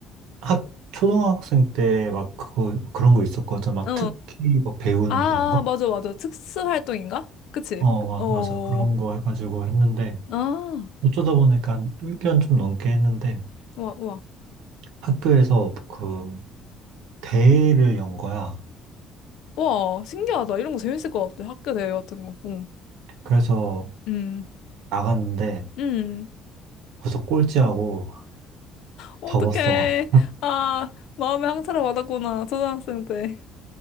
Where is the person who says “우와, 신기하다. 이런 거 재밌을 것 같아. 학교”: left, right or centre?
Left